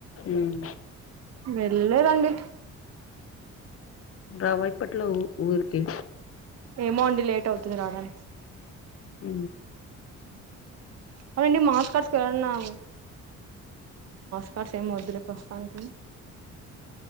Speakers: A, on the left; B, on the right.
A: ఉమ్
B: వెళ్ళదండి
A: రా వైప్పట్లోఊ ఊరికే
B: ఏమో అండి లేట్ అవుతుంది రావడానికి
A: అ
B: అవుండి మ మాస్ కడుస్కు వెన్నాము క్కడస్ ఏం వద్దులే ప్రస్తుతానికి